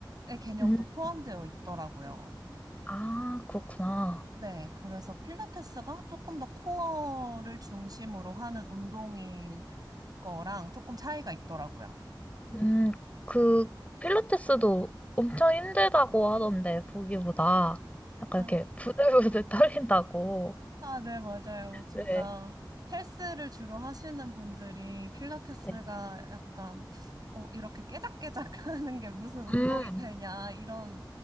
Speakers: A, on the right (about 50°); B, on the left (about 15°).
A: 개념도
B: 음,
A: 포함되어 있더라고요.
B: 아, 그렇구나.
A: 네. 그래서 필라테스가 조금 더 코어를 중심으로 하는 운동인 거랑 조금 차이가 있더라고요.
B: 음, 그 필라테스도 엄청 힘들다고 하던데 보기보다 약간
A: 아,
B: 이렇게 부들부들 <laughs> 떨린다고.
A: 아, 네, 맞아요. 진짜
B: 네.
A: 헬스를 주로 하시는 분들이 필라테스가
B: 네.
A: 약간 어, 이렇게 깨작깨작 <laughs> 하는 게 무슨 운동이
B: 음.
A: 되냐 이런